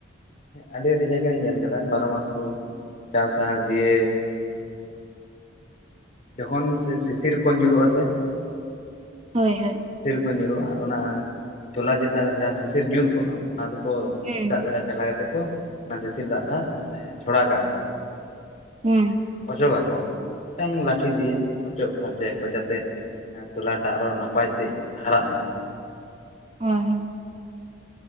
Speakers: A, on the left; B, on the right.
A: ᱟᱹᱰᱤ ᱟᱹᱰᱤ ᱡᱟᱭᱜᱟ ᱨᱤᱧ ᱧᱮᱞ ᱠᱮᱫᱟ ᱵᱟᱨᱚ ᱢᱟᱥ ᱠᱚ ᱪᱟᱥᱟ ᱫᱤᱭᱮ ᱡᱚᱠᱷᱚᱱ ᱥᱮ ᱥᱤᱥᱤᱨᱠᱚ ᱧᱩᱨᱩᱜᱼᱟ ᱥᱮ
B: ᱦᱳᱭ ᱦᱳᱭ
A: ᱥᱤᱥᱤᱨ ᱠᱚ ᱧᱩᱨᱩᱜᱼᱟ ᱚᱱᱟ ᱛᱚᱞᱟ ᱪᱮᱛᱟᱱ ᱨᱮ ᱡᱟᱦᱟᱸ ᱥᱤᱥᱤᱨ ᱧᱩᱨ ᱠᱚᱜᱼᱟ ᱚᱱᱟ ᱫᱚᱠᱚ
B: ᱦᱩᱸ
A: ᱥᱮᱛᱟᱜ ᱵᱮᱲᱟ ᱪᱟᱞᱟᱣ ᱠᱟᱛᱮ ᱠᱚ ᱚᱱᱟ ᱥᱤᱥᱤᱨ ᱫᱟᱜ ᱢᱟᱱᱮ ᱡᱷᱚᱲᱟ ᱠᱟᱜᱼᱟ ᱠᱚ
B: ᱦᱩᱸ
A: ᱢᱟᱱᱮ <unintelligible> ᱚᱪᱚᱜᱟᱠᱚ ᱢᱤᱫᱴᱟᱝ ᱞᱟᱴᱷᱤ ᱫᱤᱭᱮ ᱚᱪᱚᱜ ᱯᱷᱟᱨᱪᱟᱭᱟ ᱠᱚ ᱡᱟᱛᱮ ᱛᱚᱞᱟᱴᱟᱜ ᱟᱨᱦᱚ ᱱᱟᱯᱟᱭ ᱥᱟᱹᱦᱤᱡ ᱦᱟᱨᱟᱜ ᱢᱟ᱾
B: ᱦᱳᱭ ᱦᱮᱸ